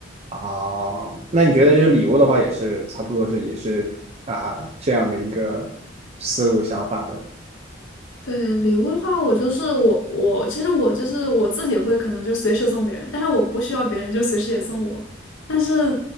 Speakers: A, on the right; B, on the left.
A: 哦，那你觉得就是礼物的话，也是差不多是也是啊这样的一个思路想法，对吧？
B: 对，礼物的话，我就是我我其实我就是我自己会可能就随时送别人，但是我不需要别人就随时也送我，但是